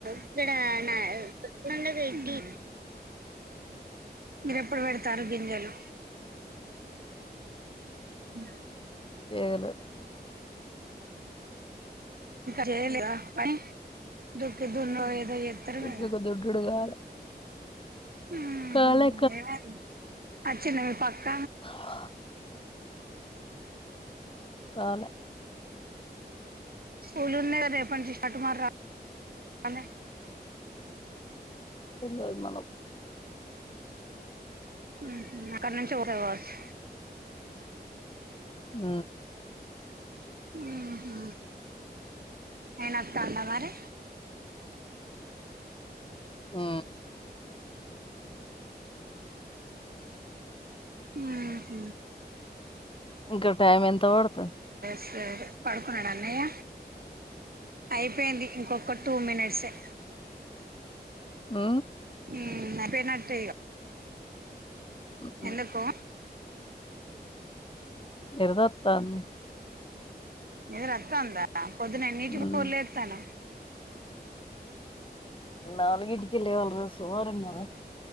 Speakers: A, on the right (about 60°); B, on the left (about 30°).
A: ఇక్కడ నా చెప్పండ ఏంటి మీరు ఎప్పుడు పెడతారు గింజలు అ
B: ఎదిలేదు.
A: చేయలేదా అట్నే దుక్కి దూన్న దే చెప్తారు కదా
B: ఇంకొక దొడ్డుడు కాదు
A: హ్మ్మ్
B: కాలే
A: అచ్చిన్ నీపక్క
B: హా రాలే
A: స్కూల్ ఉన్నాది రేప నుంచి చట్టుమార్ నే
B: తెలువదు మనం
A: హుహ్ అంకనుంచే పోతద్ కావచ్చు.
B: ఊ
A: హుహు అయిన వత్తానండ మరి
B: ము
A: హు హ్మ్
B: ఇంకా టైమ్ ఎంత పడుత
A: సరే పడుకున్నాడు అన్నయ్య అయిపోయింది ఒక్క టూ మినిట్సే
B: ఓ
A: హ్ అయిపోయినట్టే ఇగా.
B: ఉమ్
A: ఎందుకో
B: నిరుదొత్తాంది.
A: నిధుర అత్తందా పొద్దున ఎన్నింటికి
B: ఉమ్
A: లేత్తన్నవు.
B: నాలుగీంటికిలె వాలీ సోమవారం కదా